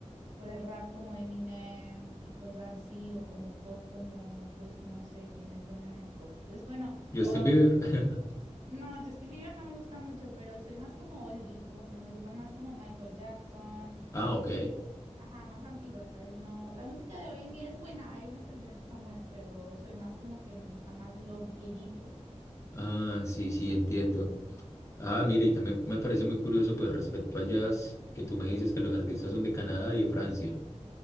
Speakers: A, on the right; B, on the left.
A: pues rap como Eminem y cosas así, o como pop como, pues no sé quién es bueno en el pop. Pues bueno,
B: Justin
A: o-
B: Bieber. <laughs>
A: no, Justin Bieber no me gusta mucho, pero soy más como oldie, como que me gusta más como Michael Jackson,
B: Ah,
A: cosas,
B: ok.
A: ajá, más antiguas, ¿sabes? No, la música de hoy en día es buena, hay unas canciones que son buenas, pero soy más como que me gusta más lo viejito.
B: Ah, sí, sí, entiendo. Ah, mire, y también me parece muy curioso, pues respecto al jazz, que tú me dices que los artistas son de Canadá y de Francia.